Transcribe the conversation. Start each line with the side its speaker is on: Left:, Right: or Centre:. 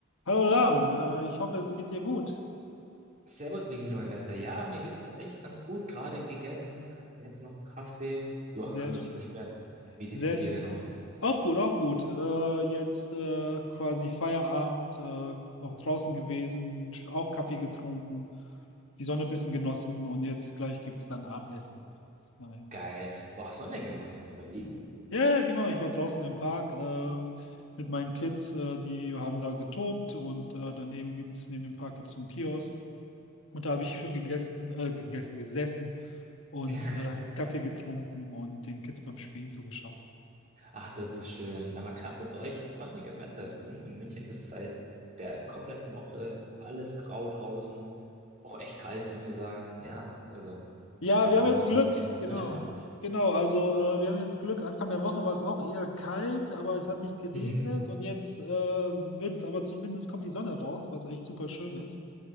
Left: Hallo Ram, äh, ich hoffe, es geht dir gut.
Right: Servus, Vigilo, mein Bester. Ja, mir geht's tatsächlich ganz gut. Gerade gegessen, jetzt noch einen Kaffee. Ja,
Left: Sehr
Right: kann mich
Left: schön,
Right: nicht beschweren. Wie sieht's
Left: sehr
Right: bei dir
Left: schön.
Right: denn aus?
Left: Auch gut, auch gut. Äh, jetzt äh, quasi Feierabend, äh, noch draußen gewesen, sch- auch Kaffee getrunken, die Sonne ein bisschen genossen und jetzt gleich gibt es dann Abendessen. Nein.
Right: Geil. Boah, Sonne genossen, oder wie?
Left: Ja, ja, genau. Ich war draußen im Park äh, mit meinen Kids, äh, die haben da getobt und äh, daneben gibt es, neben dem Park gibt es so einen Kiosk. Und da habe ich schön gegessen, äh, gegessen, gesessen und
Right: <laughs>
Left: äh, Kaffee getrunken und den Kids beim Spielen zugeschaut.
Right: Ach, das ist schön. Aber krass, dass bei euch sonniges Wetter ist. Bei uns in München ist seit der kompletten Woche alles grau draußen. Auch echt kalt, muss ich sagen. Ja, also,
Left: Ja,
Right: keine
Left: wir haben
Right: Ahnung,
Left: jetzt
Right: wie
Left: Glück,
Right: dieser
Left: genau.
Right: Switch kam.
Left: Genau, also äh, wir haben jetzt Glück. Anfang der Woche war es auch eher kalt, aber es hat nicht geregnet
Right: Mhm.
Left: und jetzt äh, wird aber zumindest kommt die Sonne raus, was echt super schön ist.